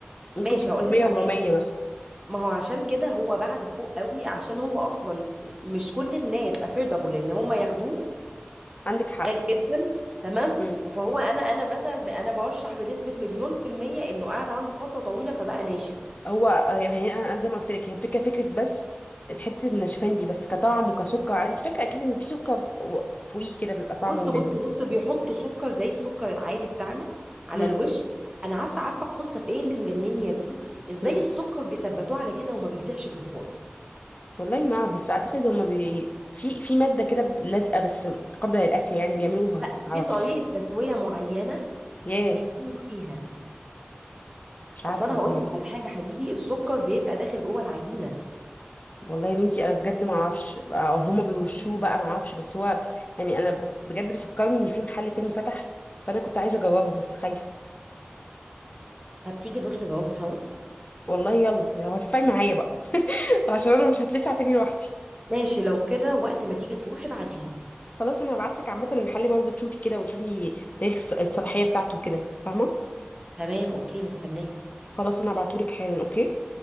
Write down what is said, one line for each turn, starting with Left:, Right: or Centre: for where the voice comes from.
Left: ممكن
Right: ماشي
Left: 300
Right: هقول لك على
Left: و400
Right: حاجه
Left: مثلا
Right: ما هو عشان كده هو بعده فوق قوي عشان هو اصلا مش كل الناس افوردابل ان هم ياخدوه
Left: عندك حق
Right: غالي جدا تمام
Left: مم.
Right: فهو انا انا مثلا ب- انا برشح بنسبه مليون في الميه انه قاعد عنده فتره طويله فبقى ناشف
Left: هو آه، يعني انا أنا زي ما قلت لك هي الفكره فكره بس حته النشفان دي بس كطعم وكسكر انت فاكره اكيد ان في سكر ف- فوقيه كده بيبقى طعمه
Right: بص
Left: لذيذ
Right: بص بص بيحطوا سكر زي السكر العادي بتاعنا على
Left: مم.
Right: الوش انا عارفه عارفه القصه في ايه اللي مجنني يا لولو ازاي
Left: مم.
Right: السكر بيثبتوه على كده وما بيسيحش في الفرن
Left: والله ما اعرف بس اعتقد هما بي... في في ماده كده ب- لازقه بس قبل الاكل يعني بيعملوها
Right: لا
Left: ما
Right: في
Left: اعرفش
Right: طريقه تسويه معينه
Left: ياه
Right: بيتسوى بيها
Left: مش عارفه
Right: اصل انا هقول
Left: والله
Right: لك على حاجه حبيبي السكر بيبقى داخل جوه العجينه
Left: والله يا بنتي انا بجد ما اعرفش او هما بيوشوه بقى ما اعرفش بس هو يعني انا بجد اللي فكرني ان في محل تاني فتح فانا كنت عايزه اجربه بس خايفه
Right: طب تيجي نروح نجاوبه سوا
Left: والله يلا لو هتدفعي معايا بقى <laughs> عشان انا مش هتلسع تاني لوحدي
Right: ماشي لو كده وقت ما تيجي تروحي ابعتيلي
Left: خلاص انا هبعت لك عامه المحل برضه تشوفي كده وتشوفي تاريخ الص- الصلاحيه بتاعته كده فاهمه
Right: تمام اوكي مستنيه
Left: خلاص انا هبعته لك حالا اوكي